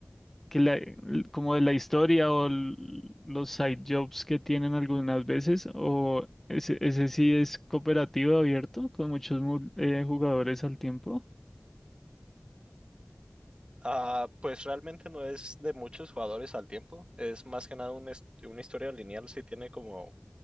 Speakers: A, in the centre; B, on the right (about 25°).
A: que la- como de la historia o l- los side jobs que tienen algunas veces, o ese, ese sí es cooperativo abierto con muchos mu- eh, jugadores al tiempo.
B: Ah, pues realmente no es de muchos jugadores al tiempo, es más que nada un est- una historia lineal, si tiene como